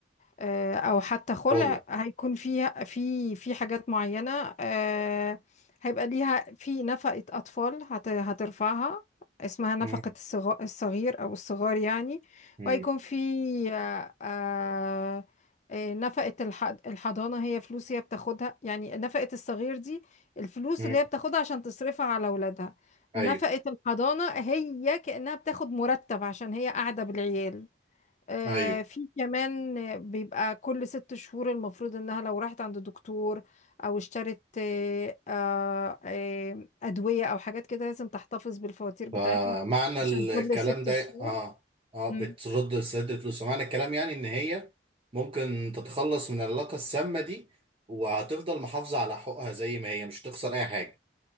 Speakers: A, on the left; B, on the right.
A: آه، او حتى خلع
B: كولا
A: هيكون فيها في في حاجات معينة آه، هيبقى ليها في نفقة اطفال هت- هترفعها اسمها نفقة
B: مم.
A: الصغا- الصغير او الصغار يعني
B: مم.
A: وهيكون في آه، آه، آه، نفقة الح- الحضانة هي فلوس هي بتاخدها يعني نفقة الصغير دي الفلوس
B: مم.
A: اللي هي بتاخدها عشان تصرفها على اولادها
B: أيوه
A: نفقة الحضانة هي كأنها بتاخد مرتب عشان هي قاعدة بالعيال آه،
B: أيوه
A: في كمان بيبقى كل ست شهور المفروض انها لو راحت عند دكتور او اشترت آه، آه، آه، ادوية او حاجات كده لازم تحتفظ بالفواتير بتاعتهم
B: فمعنى
A: عشان
B: الكلام
A: كل ست
B: ده
A: شهور
B: اه اه
A: مم.
B: بترد لسداد الفلوس ومعنى الكلام يعني ان هي ممكن تتخلص من العلاقة السامة دي وهتفضل محافظة على حقوقها زي ما هي مش تخسر اي حاجة